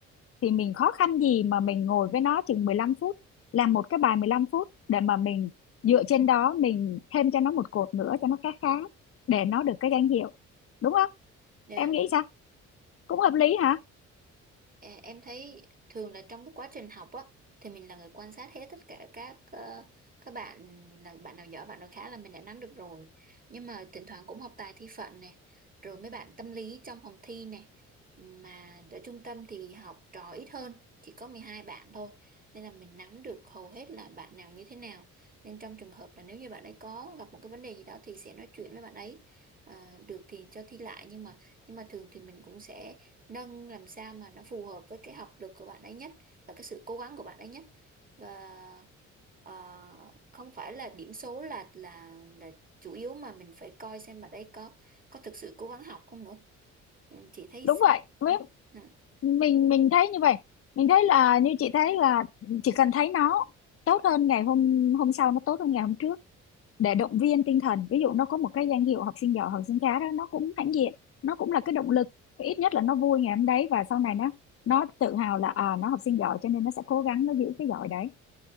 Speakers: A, on the left; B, on the right.
A: thì mình khó khăn gì mà mình ngồi với nó chừng 15 phút làm một cái bài 15 phút để mà mình dựa trên đó mình thêm cho nó một cột nữa cho nó khá khá để nó được cái danh hiệu đúng không
B: Dạ.
A: em nghĩ sao cũng hợp lý hả
B: Ờ, Em thấy thường là trong cái quá trình học á thì mình là người quan sát hết tất cả các ờ, các bạn là bạn nào giỏi bạn nào khá là mình đã nắm được rồi nhưng mà thỉnh thoảng cũng học tài thi phận này rồi mấy bạn tâm lý trong phòng thi này mà ở trung tâm thì học trò ít hơn chỉ có 12 bạn thôi nên là mình nắm được hầu hết là bạn nào như thế nào nên trong trường hợp là nếu như bạn ấy có gặp một cái vấn đề gì đó thì sẽ nói chuyện với bạn ấy Ờ, được thì cho thi lại nhưng mà nhưng mà thường thì mình cũng sẽ nâng làm sao mà nó phù hợp với cái học lực của bạn ấy nhất và cái sự cố gắng của bạn ấy nhất và ờ, không phải là điểm số là là là chủ yếu mà mình phải coi xem bạn ấy có có thực sự cố gắng học không nữa Ừ, chị thấy
A: đúng
B: sao?
A: vậy Với-
B: Dạ. Ừ.
A: mình mình thấy như vậy mình thấy là như chị thấy là chỉ cần thấy nó tốt hơn ngày hôm hôm sau nó tốt hơn ngày hôm trước để động viên tinh thần ví dụ nó có một cái danh hiệu học sinh giỏi học sinh khá đó nó cũng hãnh diện nó cũng là cái động lực ít nhất là nó vui ngày hôm đấy và sau này nó nó tự hào là à nó học sinh giỏi cho nên nó sẽ cố gắng nó giữ cái giỏi đấy